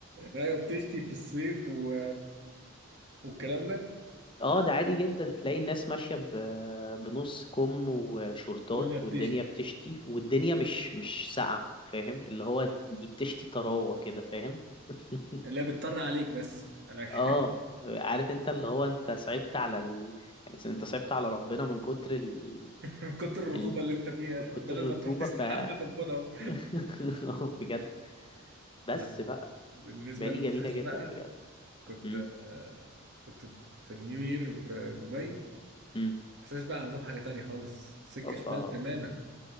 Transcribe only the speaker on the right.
ايوه بتشتي في الصيف و... والكلام ده
الدنيا بتشتي
لا بتطر عليك بس انا <laughs>
من كتر الرطوبه
اللي انت فيها
بدل
ما تروح تستحمى طب خدها اهو
<laughs>
لا
بالنسبه
للمساج
بقى
كنت
آه، كنت في النيو يير في دبي
المساج بقى عندهم حاجه تانية خالص سكه
شمال تماما